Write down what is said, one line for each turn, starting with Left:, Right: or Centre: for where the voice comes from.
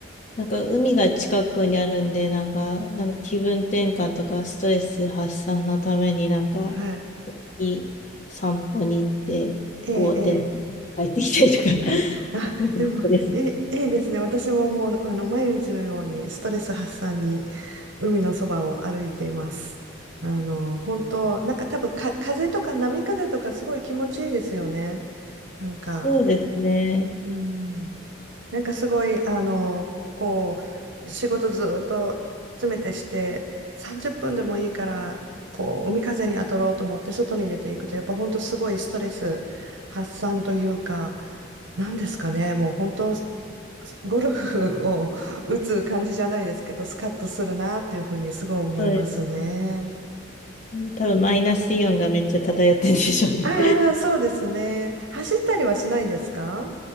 Left: なんか海が近くにあるんで、なんか、なんか気分転換とかストレス発散のためになんか、
Right: はい。
Left: いい散歩に行って、
Right: ええ、
Left: ぼーってなんか帰ってきたりとか、
Right: ええ。
Left: <laughs>
Right: あ、
Left: なんかです。
Right: でも、え、いいですね。私ももう、あの、毎日のようにストレス発散に海のそばを歩いています。あの、本当なんか多分か、風とか波風とかすごい気持ちいいですよね。なんか。
Left: そうですね。
Right: うん、なんかすごい、あの、こう、仕事ずっと詰めてして、30分でもいいから、こう、海風に当たろうと思って外に出ていくと、やっぱ本当すごいストレス発散というか、なんですかね、もう本当、ゴルフを打つ感じじゃないですけど、スカッとするなっていうふうにすごい思いますね。
Left: そうですね。多分マイナスイオンがめっちゃ漂ってるんでしょうね。
Right: ああ、そうですね。走ったりはしないんですか